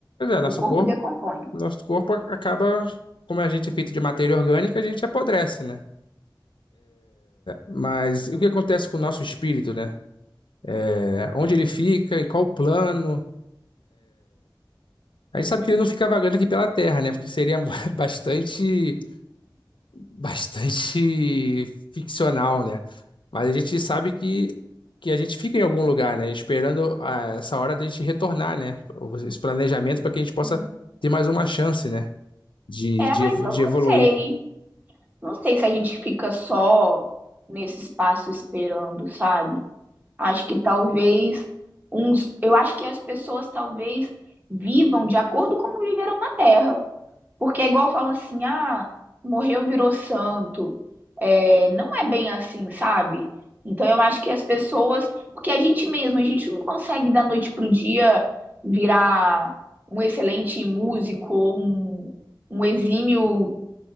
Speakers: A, on the left; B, on the right.
A: nosso
B: O corpo
A: corpo?
B: decompõe.
A: Nosso corpo acaba, como a gente é feito de matéria orgânica, a gente apodrece, né? Mas e o que acontece com o nosso espírito, né? É, onde ele fica, em qual plano? A gente sabe que ele não fica vagando aqui pela Terra, né? Porque seria <laughs> bastante bastante <laughs> ficcional, né? Mas a gente sabe que, que a gente fica em algum lugar, né? Esperando ah, essa hora da gente retornar, né? Esse planejamento para que a gente possa
B: Uhum.
A: ter mais uma chance, né? De,
B: É,
A: de,
B: mas
A: evo-
B: eu
A: de
B: não
A: evoluir.
B: sei. Não sei se a gente fica só nesse espaço esperando, sabe? Acho que talvez uns, eu acho que as pessoas talvez vivam de acordo com como viveram na Terra. Porque é igual falam assim, ah, morreu, virou santo. É, não é bem assim, sabe? Então eu acho que as pessoas, porque a gente mesmo, a gente não consegue da noite pro dia virar um excelente músico, ou um, um exímio